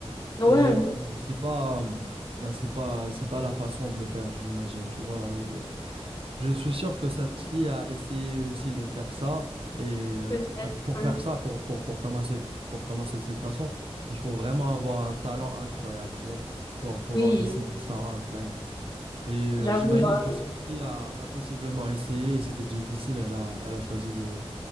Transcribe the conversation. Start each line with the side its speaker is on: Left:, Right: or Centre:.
Left: ouais,
Right: Et euh, c'est pas, bah, c'est pas, c'est pas la façon de le faire, j'imagine, tu vois. Et je suis sûr que cette fille a essayé aussi de faire ça. Et euh,
Left: ouais,
Right: ah, pour
Left: ouais.
Right: faire ça, pour, pour, pour commencer, pour commencer de cette façon, il faut vraiment avoir un talent incroyable, tu vois, pour pouvoir
Left: Oui,
Right: dessiner sans outline. Et euh,
Left: j'avoue,
Right: j'imagine
Left: genre,
Right: que cette fille a, a possiblement essayé et c'était difficile. Elle a, elle a choisi de,